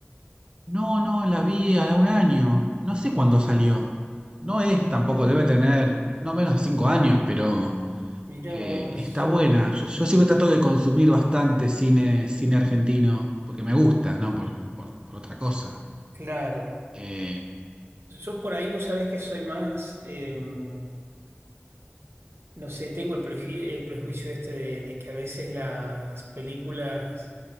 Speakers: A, on the right; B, on the right.
A: No, no, la vi hace un año. No sé cuándo salió. No es tampoco, debe tener no menos de cinco años, pero
B: Mirá
A: eh,
B: vos.
A: está buena. Yo, yo siempre trato de consumir bastante cine, cine argentino, porque me gusta, ¿no? Por, por- por otra cosa.
B: Claro.
A: Eh,
B: Yo por ahí vos sabés que soy más, eh, no sé, tengo el, preju- el prejuicio este de, de que a veces las películas